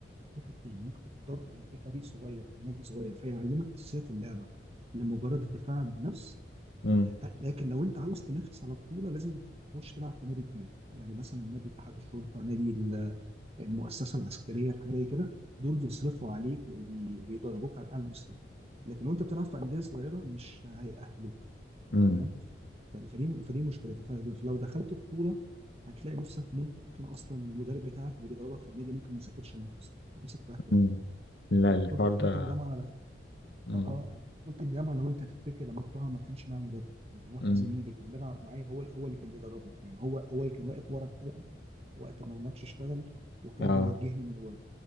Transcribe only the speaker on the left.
امم
امم
مم. لا
الحوار
ده
مم.
مم.
اه